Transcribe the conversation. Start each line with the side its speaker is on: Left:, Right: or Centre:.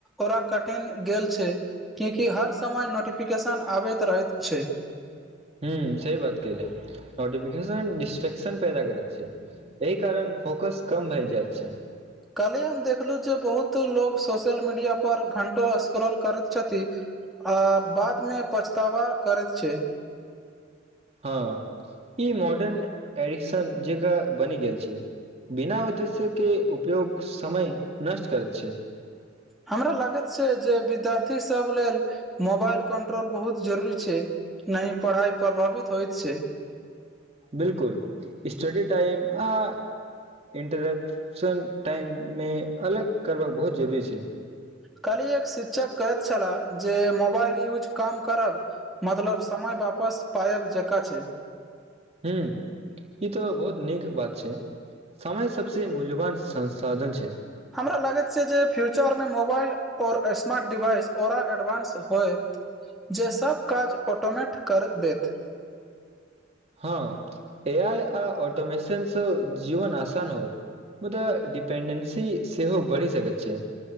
Centre: ओरा कठिन गेल छै किएकि हर समय नोटिफिकेशन आबैत रहैत छै।
Right: हूँ सही बात कैले नोटिफिकेशन डिस्ट्रेक्शन पैदा करैत छै। एहि कारण फोकस कम भए जाय छै।
Centre: कल्ही हम देखलु जे बहुत लोग सोशल मीडिया पर घंटो स्क्रॉल करैत छथि। आ बादमे पछतावा करत छै।
Right: हँ ई मॉडर्न एरिक्शन जेकां बनि गेल छै। बिना उद्देश्यके उपयोग समय नष्ट करैत छै।
Centre: हमरा लागत छै जे विद्यार्थी सब लेल मोबाइल कंट्रोल बहुत जरूरी छै नहि पढ़ाई प्रभावित होइत छै
Right: बिलकुल स्टडी टाइम आ इन्टरेप्शन टाइम मे अलग करबक बहुत जरूरी छै
Centre: काल्ही एक शिक्षक कहैत छलाह जे मोबाइल यूज कम करब मतलब समय वापस पायब जेका छै
Right: हूं ई तऽ बहुत नीक बात छै समय सबसे मूल्यवान संसाधन छै
Centre: हमरा लागति छै जे फ्यूचर मे मोबाइल ओर स्मार्ट डिवाइस ओरा एडवांस होइ जे सब काज ऑटोमेैट कर देत
Right: हँ एआइ आ ऑटोमेशनसँ जीवन आसान होइत मुदा डिपेंडेन्सी सेहो बढ़ि सकति छै